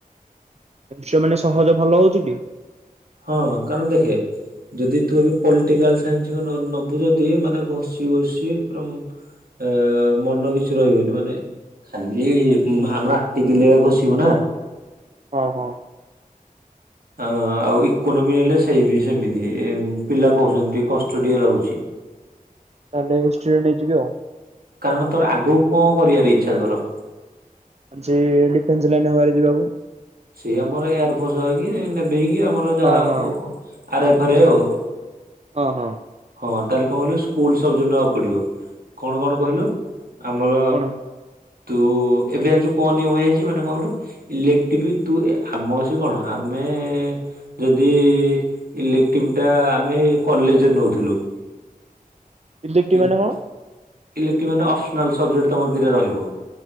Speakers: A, on the right; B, on the right.
A: ହିଷ୍ଟ୍ରି ମାନେ ସହଜ ଭଲ ହଉଚି ଟି?
B: ହଁ କାରଣ ଦେଖେ। ଯଦି ତୁ ଏବେ ପଲିଟିକାଲ୍ ସାଇନ୍ସ ନ-ନବୁ ଯଦି ମାନେ ବସି ବସି ପୁରା ମୁଁ ଏ ମନ କିଛି ରହିବନି ମାନେ ଖାଲି ଉଁ, ଆମର ଆଟିକିଲେ ବସିବୁ ନା।
A: ଓ ହଁ।
B: ଅ, ଆଉ ଇକୋନୋମି ନେଲେ ସେଇ ବି ସେମିତି ଏ ପିଲା କହୁଛନ୍ତି କଷ୍ଟ ଟିକେ ରହୁଛି।
A: ତାହେଲେ ହିଷ୍ଟ୍ରି ନେଇଯିବି ଆଉ।
B: କାରଣ ତୋର ଆଗକୁ କଣ କରିବାର ଇଚ୍ଛା ତୋର?
A: ଅଛି ଡିଫେନ୍ସ ଲାଇନ ମୋର ଯିବାକୁ।
B: ସେ ଆମର ଏୟାର ଫୋର୍ସ ହଏକି ନେଭି କି ଆମର
A: ହଁ
B: ଯାହା
A: ହଁ
B: ଆରଏଫରେ ଆଉ।
A: ଓ ହୋ।
B: ହଁ ତାହେଲେ କଣ କହିଲୁ ସ୍କୁଲ୍ ସବଜେକ୍ଟ ନବାକୁ ପଡିବ। କଣ କଣ କହିଲୁ? ଆମର
A: କଣ?
B: ତୁ ଏବେ ଜାଣିଛୁ କଣ ନିୟମ ହେଇଛି ମାନେ କହିଲୁ ଇଲେ ଟିବି ଏ ତୁ ଆମ ସେ କଣ ଆମେ ଯଦି ଇଲେକ୍ଟିଭ୍ ଟା ଆମେ କଲେଜ୍ ରେ ନଉଥିଲୁ।
A: ଇଲେକ୍ଟ୍ରି
B: କିନ୍ତ
A: ମାନେ କଣ
B: ଇଲେକ୍ଟିଭ୍ ମାନେ ଅପସନାଲ୍ ସବଜେକ୍ଟ ତୋମ ଦିଟା ରହିବ।